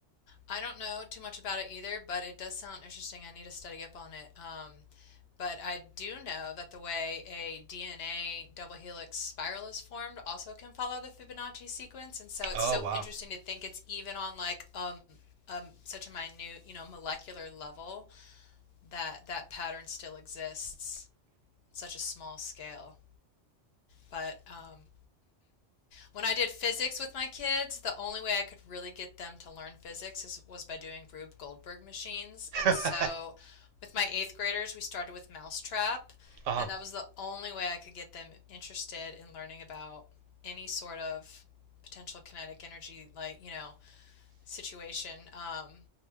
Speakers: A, on the left (about 65°); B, on the right (about 80°).
A: I don't know too much about it either, but it does sound interesting. I need to study up on it. Um, but I do know that the way a DNA double helix spiral is formed also can follow the Fibonacci sequence, and so it's
B: Oh
A: so
B: wow.
A: interesting to think it's even on like um, um such a minute, you know, molecular level that that pattern still exists, such a small scale. But um, when I did physics with my kids, the only way I could really get them to learn physics is, was by doing Rube Goldberg machines.
B: <laughs>
A: And
B: uh
A: so with my eighth graders, we started with Mousetrap,
B: huh.
A: and that was the only way I could get them interested in learning about any sort of potential kinetic energy, like, you know, situation. Um,